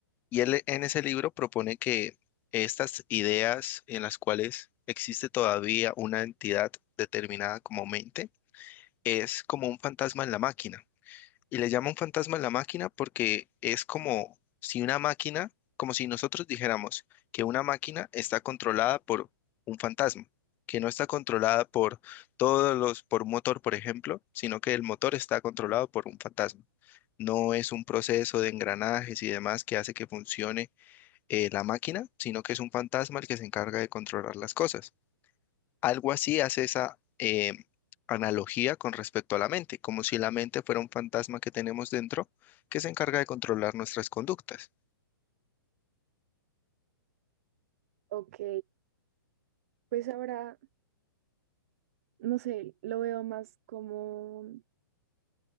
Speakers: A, on the left; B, on the right.
A: Y él en ese libro propone que estas ideas en las cuales existe todavía una entidad determinada como mente es como un fantasma en la máquina. Y le llaman fantasma a la máquina porque es como si una máquina, como si nosotros dijéramos que una máquina está controlada por un fantasma, que no está controlada por todos los, por un motor, por ejemplo, sino que el motor está controlado por un fantasma. No es un proceso de engranajes y demás que hace que funcione eh, la máquina, sino que es un fantasma el que se encarga de controlar las cosas. Algo así hace esa eh, analogía con respecto a la mente, como si la mente fuera un fantasma que tenemos dentro que se encarga de controlar nuestras conductas.
B: Ok. Pues ahora, no sé, lo veo más como,